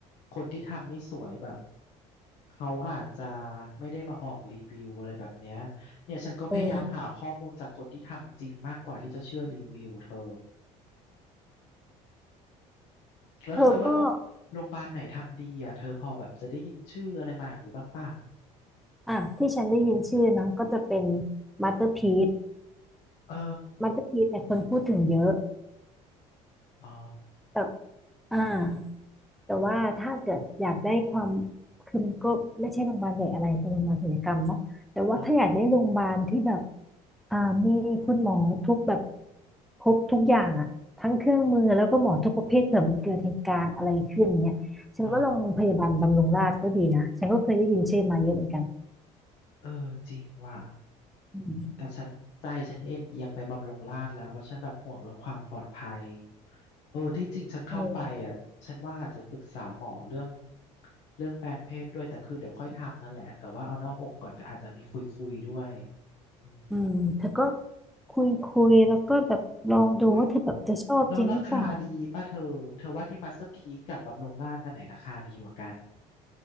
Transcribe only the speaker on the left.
คนที่ทำไม่สวยแบบเขาอาจจะไม่ได้มาออกรีวิวอะไรแบบเนี้ยเนี่ยฉันก็พยายามหาข้อมูลจากคนที่ทำจริงมากกว่าที่จะเชื่อรีวิวเธอ
แล้วเธอว่าโรงโรงพยาบาลไหนทำดีอ่ะเธอพอแบบจะได้ยินชื่ออะไรมาอย่างนี้บ้างป่ะ
เออ
อ๋อ
อ่า
อ่าเออจริงว่ะ
แต่ฉันใจฉันเอ็นเอียงไปบำรุงราษฎร์แล้วเพราะฉันแบบห่วงเรื่องความปลอดภัยเออที่จริงฉันเข้าไปอ่ะฉันว่าอาจจะปรึกษาหมอเรื่อง
เรื่องแปลงเพศด้วยแต่คือเดี๋ยวค่อยทำนั่นแหละแต่ว่าเอาหน้าอกก่อนแต่อาจจะมีคุยคุยด้วยอืม
อุ้ยแล้วราคาดีป่ะเธอเธอว่าที่มาสเตอร์พีซกับบำรุงราษฎร์อันไหนราคาดีกว่ากัน